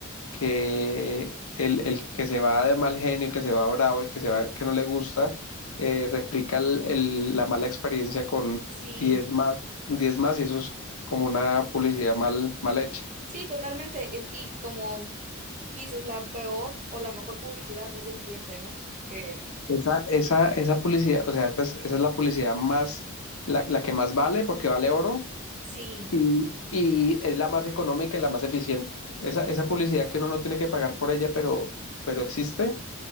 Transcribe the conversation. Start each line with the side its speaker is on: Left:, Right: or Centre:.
Left: que el, el que se va de mal genio, el que se va bravo, el que se va que no le gusta, eh, replica el- el- la mala experiencia con
Right: Sí.
Left: 10 más, 10 más y eso es como una publicidad mal, mal hecha.
Right: Sí, totalmente. E- Y como dices, la peor o la mejor publicidad es de un cliente, ¿no? Que
Left: Esa, esa, esa publicidad, o sea, esta es- esa es la publicidad más, la, la que más vale porque vale oro
Right: sí,
Left: y, y es la más económica y la más eficiente. Esa, esa publicidad que uno no tiene que pagar por ella, pero, pero existe,